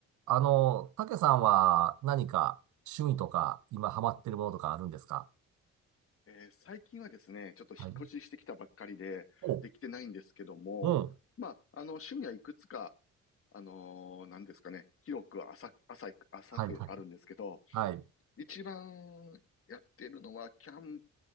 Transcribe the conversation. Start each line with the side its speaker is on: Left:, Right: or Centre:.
Right: あの、たけさんは何か趣味とか今ハマってるものとかあるんですか
Left: えー最近はですね、ちょっと引っ越ししてきたばっかりで、
Right: はい。お、
Left: できてないんですけども、
Right: うん。
Left: まあ、あの、趣味はいくつか、あのーなんですかね、広く浅く、浅く、浅くあるんですけど、
Right: はいはい。はい。
Left: 一番やってるのは、キャン